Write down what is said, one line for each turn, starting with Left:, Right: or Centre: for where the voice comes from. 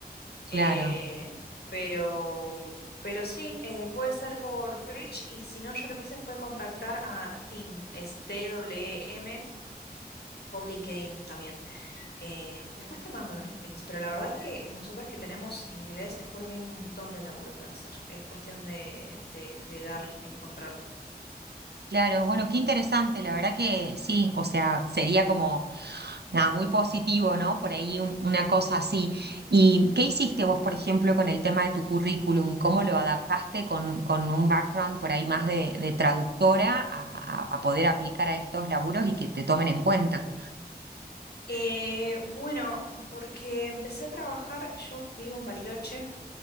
Left: Eh,
Right: Claro,
Left: pero, pero sí, eh, puede ser por Bridge y si no, yo lo que hice fue contactar a Tim, es t W M por LinkedIn también. Eh, después te mando unos links, pero la verdad que nosotras que tenemos inglés, te juro que hay un montón de laburo para hacer. Es cuestión de, de, de dar, de encontrarlo.
Right: claro. Bueno, qué interesante. La verdad que sí, o sea, sería como Nada, muy positivo, ¿no? Por ahí un- una cosa así. ¿Y qué hiciste vos, por ejemplo, con el tema de tu currículum? ¿Cómo lo adaptaste con, con un background por ahí más de, de traductora a, a- a poder aplicar a estos laburos y que te tomen en cuenta?
Left: Eh, bueno, porque empecé a trabajar, yo vivo en Bariloche,